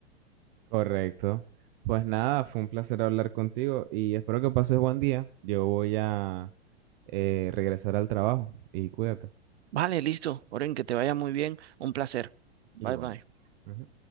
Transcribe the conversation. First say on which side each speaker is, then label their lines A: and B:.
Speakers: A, on the right; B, on the right.
A: Correcto. Pues nada, fue un placer hablar contigo y espero que pases buen día. Yo voy a eh, regresar al trabajo y cuídate.
B: Vale, listo. Oren, que te vaya muy bien. Un placer. Bye,
A: Igual.
B: bye.
A: Ujú.